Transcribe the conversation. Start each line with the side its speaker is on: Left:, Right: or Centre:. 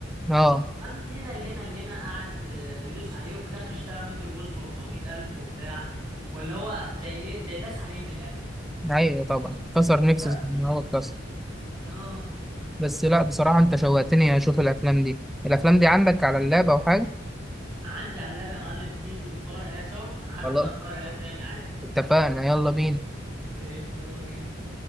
Centre: اه
Right: فمن هنا لهنا لهنا قعد آه، يدوس عليه وفي الاخر اشترى منه الموز ب 400000 وبتاع واللي هو زي ايه زي داس عليه من الاخر
Centre: ايوه طبعا كسر نفسه
Right: بس
Centre: زي ما هو اتكسر
Right: اه
Centre: بس لا بصراحة انت شوقتني اشوف الافلام دي الافلام دي عندك على اللاب او حاجة
Right: عندي على اللاب يا معلم تيجي نتفرج عليها سوا انا حتى
Centre: خلاص
Right: هتفرج عليها تاني عادي
Centre: اتفقنا يلا بينا
Right: قشطة يلا بينا